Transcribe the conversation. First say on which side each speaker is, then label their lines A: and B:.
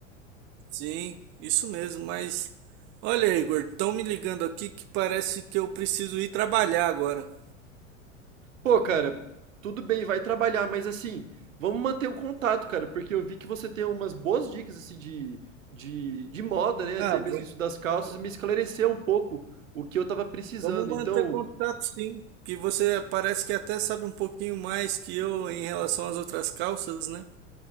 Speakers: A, on the right; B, on the right.
A: Sim, isso mesmo, mas. Olha, Igor, estão me ligando aqui que parece que eu preciso ir trabalhar agora.
B: Pô, cara, tudo bem, vai trabalhar, mas assim, vamos manter o contato, cara, porque eu vi que você tem umas boas dicas assim de, de, de moda, né?
A: Ah,
B: Até
A: v-
B: mesmo isso das calças, me esclareceu um pouco o que eu tava precisando.
A: vamos manter
B: Então,
A: contato, sim. Que você parece que até sabe um pouquinho mais que eu em relação às outras calças, né?